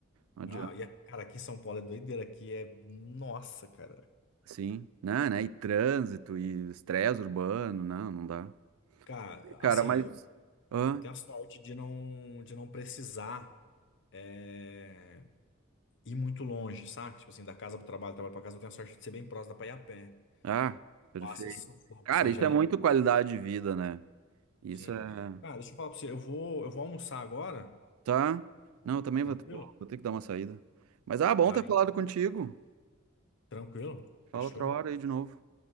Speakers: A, on the right (about 90°); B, on the left (about 60°).
A: Não adianta.
B: Ah, e, cara, aqui em São Paulo é doideira, aqui é. Nossa, cara.
A: Sim, né, né? E trânsito, e estresse urbano, não, não dá.
B: Cara,
A: Cara,
B: assim,
A: mas.
B: eu,
A: Hã?
B: eu tenho a sorte de não, de não precisar é, ir muito longe, saca? Tipo assim, da casa pro trabalho, do trabalho pra casa, eu tenho a sorte de ser bem próximo, da pra ir a pé.
A: Ah, perfeito.
B: Passa esse sufoco,
A: Cara,
B: isso aí
A: isso
B: já
A: é muito qualidade de vida, né? Isso
B: Sim.
A: é.
B: Cara, deixa eu falar pra você. Eu vou, eu vou almoçar agora.
A: Tá? Não, eu também
B: Tranquilo?
A: vou, vou vou ter que dar uma saída. Mas, ah, bom
B: Aí,
A: ter falado contigo.
B: tranquilo?
A: Fala
B: Fechou?
A: outra hora aí de novo.